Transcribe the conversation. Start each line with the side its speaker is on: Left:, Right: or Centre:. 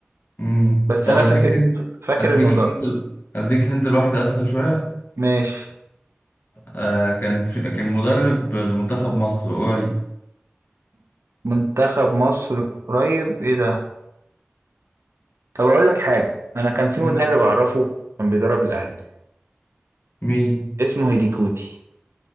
Left: مم.
Right: بس
Left: طب
Right: أنا
Left: أديك
Right: فاكر
Left: هنت
Right: فاكر
Left: أديك
Right: إنه درب
Left: هنت ال- أديك هنت الواحد أسهل شوية
Right: ماشي
Left: آه كان في كان مدرب المنتخب مصر قريب
Right: منتخب مصر قريب إيه ده طب اقول لك حاجه انا كان في
Left: مم.
Right: مدرب اعرفه كان بيدرب الاهلي
Left: مين؟
Right: اسمه هيديكوتي